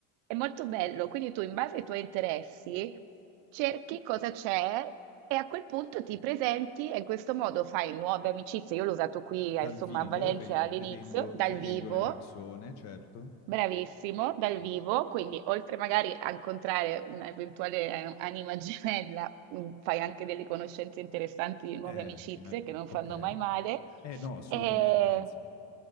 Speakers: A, on the right; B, on the left.
A: è molto bello, quindi tu in base ai tuoi interessi cerchi cosa c'è e a quel punto ti presenti e in questo modo fai nuove amicizie. Io l'ho usato qui,
B: Dal
A: eh, insomma,
B: vivo,
A: a Valencia
B: ve-
A: all'inizio,
B: vedendo,
A: dal
B: vedendo
A: vivo,
B: le persone, certo.
A: bravissimo, dal vivo, quindi oltre magari a incontrare un'eventuale eh, anima gemella, mm, fai anche delle conoscenze interessanti di nuove
B: Eh,
A: amicizie
B: fino-
A: che non
B: ok.
A: fanno mai male.
B: Eh no, assolutamente,
A: E
B: anzi.